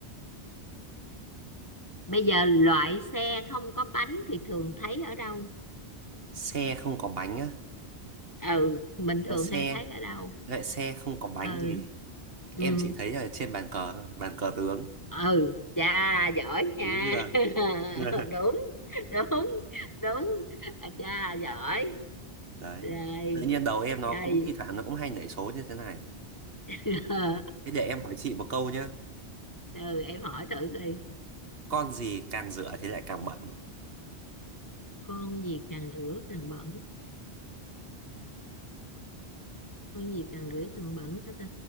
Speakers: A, on the left (about 20°); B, on the right (about 60°).
A: bây giờ loại xe không có bánh thì thường thấy ở đâu
B: xe không có bánh á
A: ừ mình thường
B: cái xe
A: hay thấy ở đâu
B: loại xe không có bánh
A: ừ
B: thì
A: ừ
B: em chỉ thấy ở trên bàn cờ thôi bàn cờ tướng
A: ừ chà giỏi nha
B: đúng chưa
A: <laughs>
B: <laughs>
A: đúng đúng đúng À, chà giỏi
B: đấy
A: rồi
B: tự nhiên đầu em nó
A: rồi
B: cũng thi thoảng nó cũng hay nảy số như thế này
A: <laughs>
B: thế để em hỏi chị một câu nhá
A: ừ em hỏi thử đi
B: con gì càng rửa thì lại càng bẩn
A: con gì càng rửa càng bẩn con gì càng rửa càng bẩn hết ta